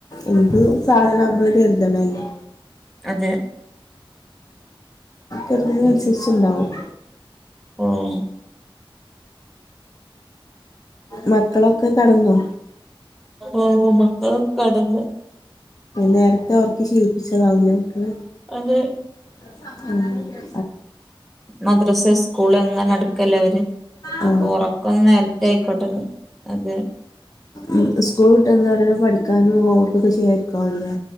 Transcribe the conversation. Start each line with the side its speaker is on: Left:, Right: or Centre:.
Left: എന്ത് സാധന അത് കരുതണോല്ലൊ
Centre: അതെ
Left: അറുന്നനുസരിച്ചുണ്ടാവും
Centre: ആഹ
Left: മക്കളൊക്കെ കടന്നോ
Centre: ഓഓ മക്ക കടന്ന്
Left: നേരത്തെ ഒർക്കി ശീലിപ്പിച്ചതാവുല്ലേ മക്കളെ
Centre: അതെ
Left: <unintelligible>
Centre: മദ്രസ സ്കൂൾ എങ്ങെ നടക്കല്ലോ അവര്
Left: ആ
Centre: അപ്പൊ ഉറക്കൊന്ന് നേരത്തെ ആയിക്കോട്ടെന്ന് അതെ
Left: ഉം സ്കൂൾ ട്ടെന്ന <unintelligible> പഠി ക്കാനു ഓവർക്കൊക്കെ ചെയര്ക്കാല്ലേ